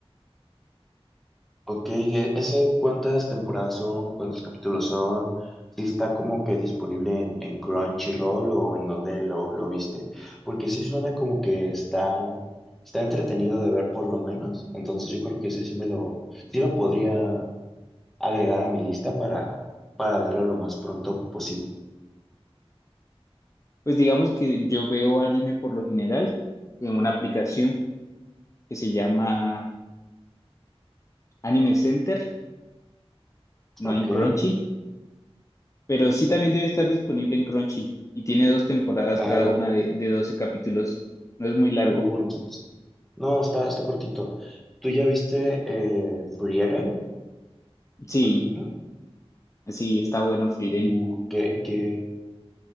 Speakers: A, in the centre; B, on the left (about 30°).
A: Ok, e- ¿ese cuántas temporadas son? ¿Cuántos capítulos son? Si está como que disponible en, en Crunchyroll o en donde lo, lo viste? Porque sí suena como que está, está entretenido de ver por lo menos. Entonces yo creo que ese sí me lo, sí lo podría agregar a mi lista para, para verlo lo más pronto posible.
B: Pues digamos que yo veo anime por lo general en una aplicación que se llama Anime Center, no
A: Ok,
B: en Crunchy Pero sí también debe estar disponible en Crunchy y tiene dos temporadas
A: Val,
B: cada una de, de 12 capítulos. No es muy largo.
A: uh, entonces- No, está, está cortito. ¿Tú ya viste eh, Frieren,
B: Sí,
A: por ejemplo?
B: sí, está bueno Frieren.
A: Uh, ¿qué, qué-